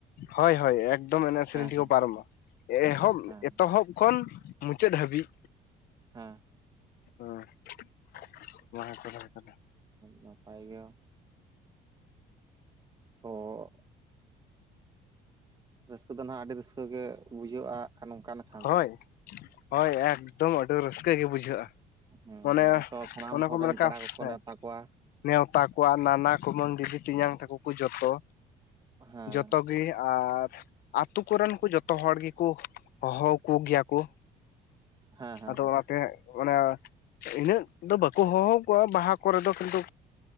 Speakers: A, on the left; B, on the right.
A: ᱦᱳᱭ ᱦᱳᱭ ᱮᱠᱫᱚᱢ ᱮᱱᱮᱡ ᱥᱮᱨᱮᱧ
B: ᱦᱮᱸ
A: ᱛᱮᱠᱚ
B: ᱦᱮᱸ
A: ᱯᱟᱨᱚᱢᱼᱟ ᱮᱦᱚᱵ
B: ᱦᱮᱸ
A: ᱮᱛᱚᱦᱚᱵ ᱠᱷᱚᱱ ᱢᱩᱪᱟᱹᱫ ᱦᱟᱹᱵᱤᱡ
B: ᱦᱮᱸ
A: <unintelligible> ᱠᱟᱱᱟ
B: ᱱᱟᱯᱟᱭ ᱜᱮ᱾ ᱛᱚ ᱨᱟᱹᱥᱠᱟᱹ ᱫᱚ ᱱᱟᱦᱟᱜ ᱟᱹᱰᱤ ᱨᱟᱹᱥᱠᱟᱹ ᱜᱮ ᱵᱩᱡᱷᱟᱹᱜᱼᱟ ᱟᱨ ᱱᱚᱝᱠᱟ ᱱᱟᱜ
A: ᱦᱳᱭ ᱦᱳᱭ ᱮᱠᱫᱚᱢ ᱟᱹᱰᱤ ᱨᱟᱹᱥᱠᱟᱹ ᱜᱮ ᱵᱩᱡᱷᱟᱹᱜᱼᱟ
B: ᱦᱩᱸ
A: ᱢᱚᱱᱮ
B: ᱡᱷᱚᱛᱚ ᱥᱟᱱᱟᱢ
A: ᱚᱱᱮ
B: ᱦᱚᱲ
A: ᱠᱚ ᱢᱮᱱ
B: ᱨᱮᱱ
A: ᱞᱮᱠᱟ
B: ᱯᱮᱲᱟ ᱠᱚᱠᱚ
A: ᱦᱮᱸ
B: ᱱᱮᱣᱛᱟ ᱠᱚᱣᱟ
A: ᱱᱮᱣᱛᱟ ᱠᱚᱣᱟᱜ ᱱᱟᱱᱟ ᱠᱩᱢᱟᱹᱝ ᱫᱤᱫᱤ ᱛᱮᱧᱟᱝ ᱛᱟᱠᱚ ᱠᱚ ᱡᱚᱛᱚ
B: ᱦᱮᱸ
A: ᱡᱚᱛᱚ ᱟᱨ ᱟᱛᱳ ᱠᱚᱨᱮᱱ ᱠᱚ ᱡᱚᱛᱚ ᱦᱚᱲ ᱜᱮᱠᱚ ᱦᱚᱦᱚ ᱠᱚ ᱜᱮᱭᱟ ᱠᱚ
B: ᱦᱮᱸ ᱦᱮᱸ
A: ᱟᱫᱚ ᱚᱱᱟᱛᱮ ᱚᱱᱟ ᱤᱱᱟᱹᱜ ᱫᱚ ᱵᱟᱠᱚ ᱦᱚᱦᱚ ᱠᱚᱣᱟ ᱵᱟᱦᱟ ᱠᱚᱨᱮ ᱫᱚ ᱠᱤᱱᱛᱩ